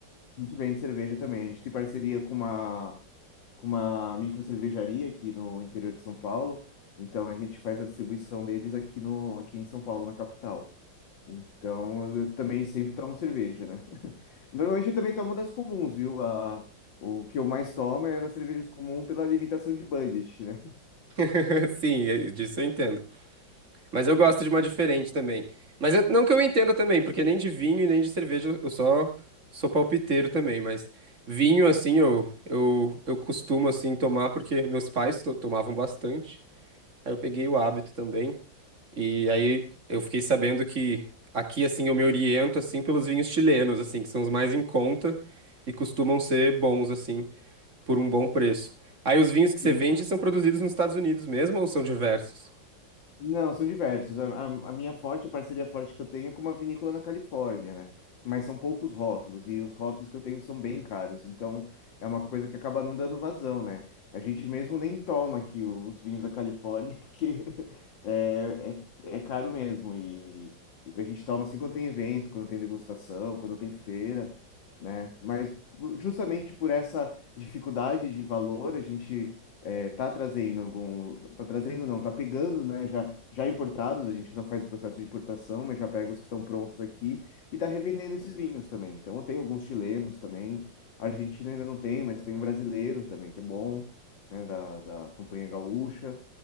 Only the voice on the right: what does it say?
<laughs> Sim, é- disso eu entendo. Mas eu gosto de uma diferente também. Mas eu- não que eu entenda também, porque nem de vinho e nem de cerveja eu só sou palpiteiro também. Mas vinho, assim, eu, eu, eu costumo, assim, tomar porque meus pais to- tomavam bastante. Aí eu peguei o hábito também. E aí eu fiquei sabendo que aqui, assim, eu me oriento, assim, pelos vinhos chilenos, assim, que são os mais em conta e costumam ser bons, assim, por um bom preço. Aí os vinhos que você
vende são produzidos nos Estados Unidos mesmo ou são diversos?